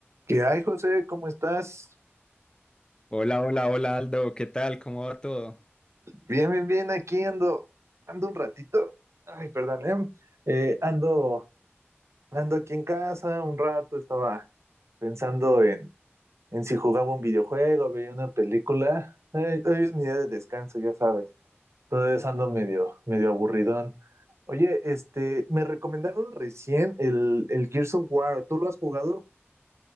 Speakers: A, on the right; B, on the left.
A: ¿Qué hay, José? ¿Cómo estás?
B: Hola, hola, hola Aldo, ¿qué tal? ¿Cómo va todo?
A: Bien, bien, bien. Aquí ando, ando un ratito. Ay, perdón, ¿eh? Eh, ando, ando aquí en casa un rato. Estaba pensando en, en si jugaba un videojuego, veía una película. Ay, hoy es mi día de descanso, ya sabes. Entonces ando medio, medio aburridón. Oye, este, me recomendaron recién el, el Gears of War. ¿Tú lo has jugado?